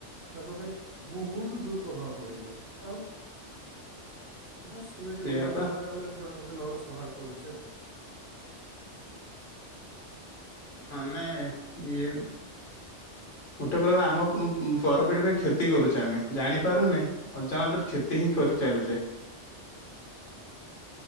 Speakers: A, on the right; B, on the left.
A: ତାଙ୍କ ପାଇଁ ବୋଉତ ଦୁପ୍ରଭାବ ପଡିବ ଆଉ ବାଶ୍ ତମେ ଯଦି
B: ସେଇଆ
A: ଉନ୍ନତି
B: ପା
A: ନାଁରେ ଆମେ ପୁରା ଗୋଟେ ନର ସଂହାର କରୁଛେ ଆଉ।
B: ମାନେ ଏଇନ୍‌ ଗୋଟେ ପ୍ରକାର ଆମ ପରପିଢି ପାଇଁ କ୍ଷତି କରୁଛେ ଆମେ ଜାଣିପାରୁନେ ଅଜାଣତରେ କ୍ଷତି ହିଁ କରି ଚାଲୁଚେ।